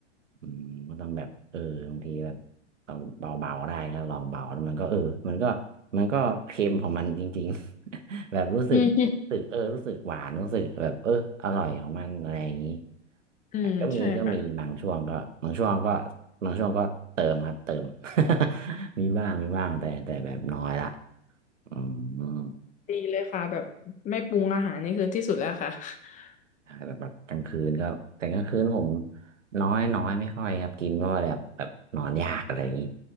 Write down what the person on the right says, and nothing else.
อืมก็ต้องแบบเออบางทีแบบ เอาเบาๆได้ก็ลองเบาแล้วมันก็เออมันก็มันก็เค็มของมันจริงๆ <laughs> แบบรู้สึก
รู้สึกเออรู้สึกหวานรู้สึกแบบเอออร่อยของมันอะไรอย่างนี้
แต่ก็มีก็มีบางช่วงก็บางช่วงก็บางช่วงก็เติมครับเติม <laughs> มีบ้างมีบ้างแต่แต่แบบน้อยละอืม
แบบแบบกลางคืนก็แต่กลางคืนผมน้อยน้อยไม่ค่อยครับกินเพราะว่าแบบแบบนอนยากอะไรอย่างนี้